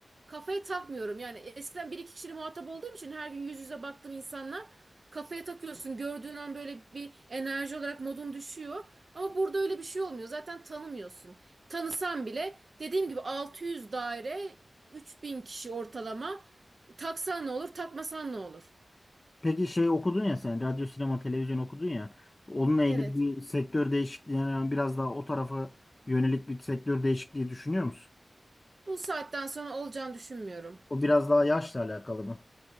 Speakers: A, on the right (about 60°); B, on the left (about 40°).
A: kafaya takmıyorum. Yani eskiden bir iki kişiyle muhatap olduğum için her gün yüz yüze baktığım insanlar kafaya takıyorsun. Gördüğün an böyle bir enerji olarak modun düşüyor. Ama burada öyle bir şey olmuyor. Zaten tanımıyorsun. Tanısan bile dediğim gibi 600 daire 3000 kişi ortalama. Taksan ne olur, takmasan ne olur?
B: Peki şey okudun ya sen radyo, sinema, televizyon okudun ya. Onunla ilgili
A: Evet.
B: bir sektör değişikliği yani biraz daha o tarafa yönelik bir sektör değişikliği düşünüyor musun?
A: Bu saatten sonra olacağını düşünmüyorum.
B: O biraz daha yaşla alakalı mı?